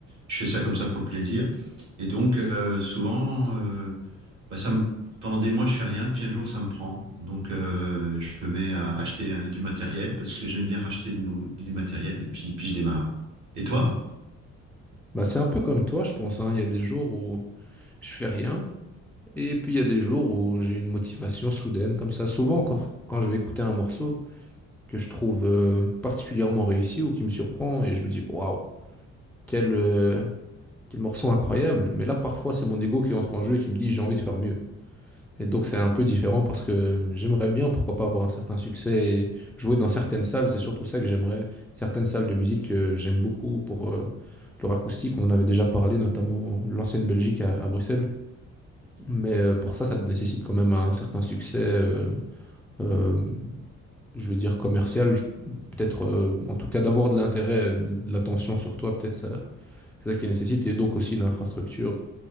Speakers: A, on the right; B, in the centre.
A: Je fais ça comme ça pour le plaisir. Et donc, euh, souvent, euh, bah, ça me- pendant des mois, je fais rien, puis un jour, ça me prend. Donc, euh, je me mets à acheter euh, du matériel parce que j'aime bien racheter du, nou- du matériel et puis, puis je démarre. Et toi?
B: hum. hum. Bah, c'est un peu comme toi, je pense, hein. Il y a des jours où je fais rien, et puis il y a des jours où j'ai une motivation soudaine comme ça. Souvent, quand, quand je vais écouter un morceau que je trouve euh, particulièrement réussi ou qui me surprend, et je me dis, waouh, quel, euh, quel morceau incroyable. Mais là, parfois, c'est mon ego qui entre en jeu et qui me dit, j'ai envie de faire mieux. Et donc c'est un peu différent parce que j'aimerais bien, pourquoi pas, avoir un certain succès et jouer dans certaines salles. C'est surtout ça que j'aimerais. Certaines salles de musique que j'aime beaucoup pour euh, leur acoustique. On en avait déjà parlé, notamment l'ancienne Belgique à, à Bruxelles. Mais euh, pour ça, ça nécessite quand même un certain succès, euh, euh, je veux dire commercial. Je- Peut-être, euh, en tout cas, d'avoir de l'intérêt, de l'attention sur toi, peut-être ça, c'est ça qui nécessite. Et donc aussi une infrastructure.